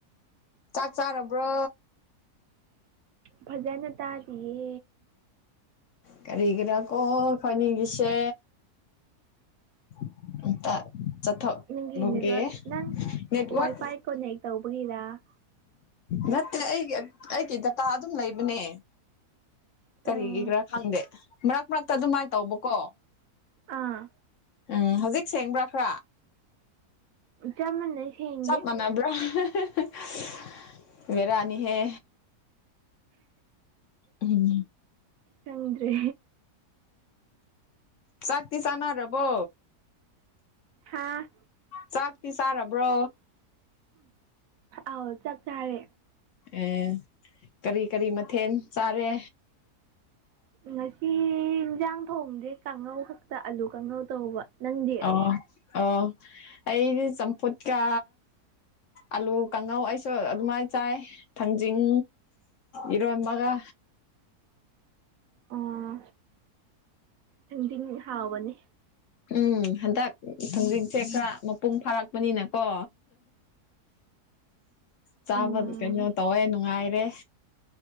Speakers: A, on the left (about 65°); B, on the right (about 70°).
A: ꯆꯥꯛ ꯆꯥꯔꯕ꯭ꯔꯣ
B: ꯐꯖꯥꯅ ꯇꯥꯗꯤꯌꯦ
A: ꯀꯔꯤꯒꯤꯔꯥ ꯀꯣ ꯈꯣꯏꯅꯤꯡꯒꯤꯁꯦ <unintelligible> ꯇ ꯆꯠꯊꯣꯛꯂꯨꯒꯦ
B: ꯅꯪꯒꯤ ꯅꯦꯠꯋꯥꯔꯛ ꯅꯪ
A: ꯅꯦꯠꯋꯥꯛ
B: ꯋꯥꯏ ꯐꯥꯏ ꯀꯣꯅꯦꯛ ꯇꯧꯕꯒꯤꯔ
A: ꯅꯠꯇ꯭ꯔꯦ ꯑꯩꯒꯤ ꯑꯩꯒꯤ ꯗꯇꯥ ꯑꯗꯨꯝ ꯂꯩꯕꯅꯦ ꯀꯔꯤꯒꯤꯔ
B: ꯑꯣ
A: ꯈꯪꯗꯦ ꯃꯔꯛ ꯃꯔꯛꯇ ꯑꯗꯨꯃꯥꯏꯅ ꯇꯧꯕꯀꯣ
B: ꯑꯥ
A: ꯎꯝ ꯍꯧꯖꯤꯛ ꯁꯦꯡꯕ꯭ꯔꯥ ꯈꯔ
B: ꯆꯞ ꯃꯥꯟꯅꯩ ꯁꯦꯡꯗꯦ
A: ꯆꯞ ꯃꯥꯟꯕ꯭ꯔꯥ <unintelligible> ꯕ‌ꯦꯔꯥꯅꯤꯍꯦ ꯎꯝ
B: ꯈꯪꯗ꯭ꯔꯦ
A: ꯆꯥꯛꯇꯤ ꯆꯥꯅꯔꯕꯣ
B: ꯍꯥꯥ
A: ꯆꯥꯛꯇꯤ ꯆꯥꯔꯕ꯭ꯔꯣ
B: ꯑꯥꯎ ꯆꯥꯛ ꯆꯥꯔꯦ
A: ꯑꯦ ꯀꯔꯤ ꯀꯔꯤ ꯃꯊꯦꯜ ꯆꯥꯔꯦ
B: ꯉꯁꯤ ꯌꯦꯟꯁꯥꯡ ꯊꯣꯡꯗꯦ ꯀꯥꯡꯉꯧ ꯈꯛꯇ ꯑꯥꯂꯨ ꯀꯥꯡꯉꯧ ꯇꯧꯕ ꯅꯪꯗꯤ
A: ꯑꯣ ꯑꯣ ꯑꯩꯗꯤ ꯆꯝꯐꯨꯠꯀ ꯑꯂꯨ ꯀꯥꯡꯉꯧ ꯑꯩꯁꯨ ꯑꯗꯨꯃꯥꯏꯅ ꯆꯥꯏ ꯊꯥꯡꯖꯤꯡ ꯏꯔꯣꯟꯕꯒ
B: ꯑꯣ ꯊꯤꯡꯖꯤꯡꯗꯤ ꯍꯥꯎꯕꯅꯤ
A: ꯎꯝ ꯍꯟꯗꯛ ꯊꯥꯡꯖꯤꯡꯁꯦ ꯈꯔ ꯃꯄꯨꯡ ꯐꯥꯔꯛꯄꯅꯤꯅꯀꯣ ꯆꯥꯕ
B: ꯎꯝ
A: ꯀꯩꯅꯣ ꯇꯧꯋꯦ ꯅꯨꯡꯉꯥꯏꯔꯦ